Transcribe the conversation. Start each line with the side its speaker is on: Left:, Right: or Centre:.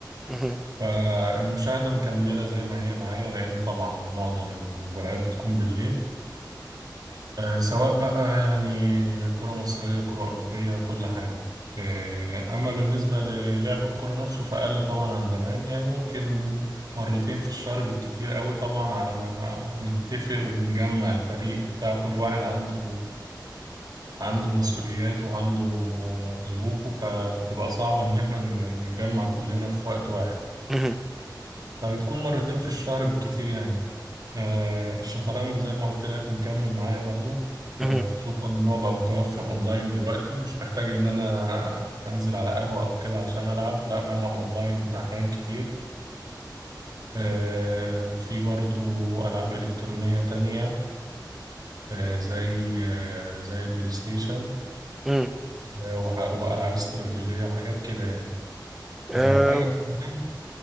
Centre: مهم.
Right: فالمشاهدة مكملة زي ما هي معايا لأن طبعا معظم المباريات بتكون بالليل آه، سواء بقى يعني كرة مصرية كرة أوروبية كل حاجة آه، أما بالنسبة للعب الكرة نفسه فأقل طبعا عن زمان يعني ممكن مرتين في الشهر بالكتير قوي طبعا على ما نتفق ونجمع الفريق وبتاع كل واحد عنده عنده مسؤولياته وعنده ظروفه فبتبقى صعبة إن احنا نتجمع كلنا في وقت واحد
Centre: مهم.
Right: فبتكون مرتين في الشهر بالكتير يعني آه، الشطرنج زي ما قلت لك مكمل معايا برضو آه،
Centre: مهم.
Right: خصوصا ان هو بقى متوفر اونلاين دلوقتي مش محتاج ان انا انزل على قهوة او كده عشان العب لا بلعب اونلاين احيان كتير آه، في برضو العاب الكترونية تانية آه، زي آه، زي البلاي ستيشن
Centre: امم
Right: آه، وح- والعاب استراتيجية حاجات كده يعني
Centre: اه
Right: آه، حاجة كمان